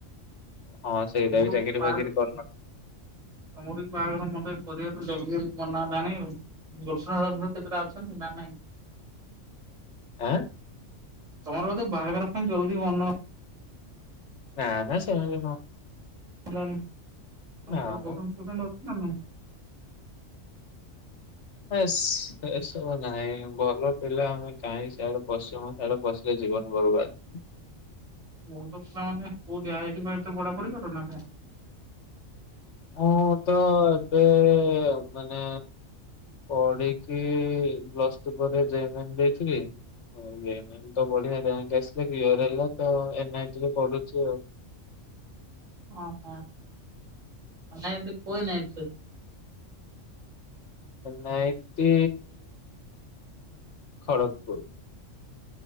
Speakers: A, on the left; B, on the right.
A: ହଁ ସେଇଟା
B: ତମର
A: ବି ଚାକିରି
B: ବାହାଘର
A: ଫାକିରି କରିନଥିବ
B: ତମର ବି ବାହାଘର ମ ପରିବାର ଜଲଦି ଜଲଦି ମନା ହେଲାଣିଷ୍ କେତେଟା ଅଛନ୍ତି ନା ନାଇଁ।
A: ଆଁ।
B: ତମର ବଧେ ବାହାଘର ଫ ଜଲ୍ଦି ମନ
A: ନା ନା ସେମିତି ନୁହଁ।
B: ହେଲା ଆଉ।
A: ନା ମ
B: <unintelligible>
A: S S. ନାଇଁ ଭଲ ପିଲା ଆମେ କାହିଁ ସିଆଡେ ପସିବୁ। ସିଆଡେ ପସିଲେ ଜୀବନ ବର୍ବାଦ।
B: ଭଲ ପିଲାମାନେ କୋଉଠି ଆଇଟେ ଫାଏଷ୍ଟେ ପଢା ପୁଢି କର ନା କଣ।
A: ମୁଁ ତ ଏବେ ମାନେ ପଢିକି ପ୍ଲସ ଟୁ ପରେ ଜେ ଏମେ ନେ ଦେଇଥିଲି। ହ ହୁଏ ଏମାନେ ତ ବଢିଆ ରିଆଙ୍କେ ଆସିଲେ ପର ହେଲା ତ ଏନେ ଆଇ ଟି ରେ ପଡୁଛୁ ଆଉ। <inaudible>
B: ଓହୋ ନାଇଁ କୋଇ ନାଇଁ ତ।
A: ନାଇଟି ଖଡକପୁର୍।